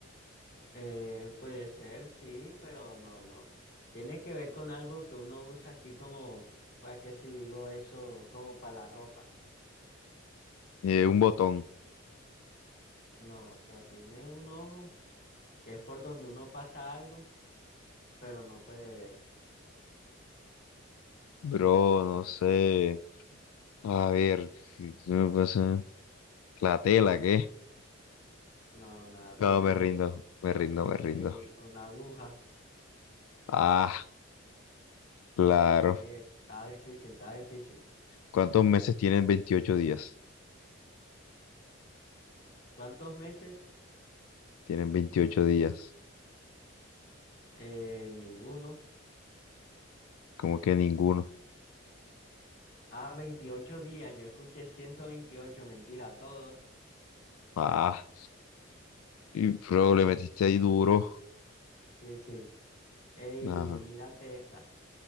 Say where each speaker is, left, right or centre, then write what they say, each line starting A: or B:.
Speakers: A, on the left; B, on the left.
A: Eh, puede ser, sí, pero no, no. Tiene que ver con algo que uno usa así como, o es que si digo eso, como para la ropa.
B: Eh, un botón.
A: No, o sea, tiene un ojo que es por donde uno pasa algo, pero no puede ver.
B: Bro, no sé. A ver, ¿qué me pasa? La tela, ¿qué?
A: No, nada, te
B: No,
A: rindes.
B: me rindo, me rindo, me
A: Ey,
B: rindo.
A: una aguja.
B: Ah, claro.
A: Sí, está difícil, está difícil.
B: ¿Cuántos meses tienen veintiocho días?
A: ¿Cuántos meses?
B: Tienen 28 días.
A: Eh, ninguno.
B: Como que ninguno.
A: Ah, 28 días. Yo escuché 128 mentira, todos.
B: Ah, y bro, le metiste ahí duro.
A: Sí, sí. Ey,
B: Ajá.
A: mírate esta.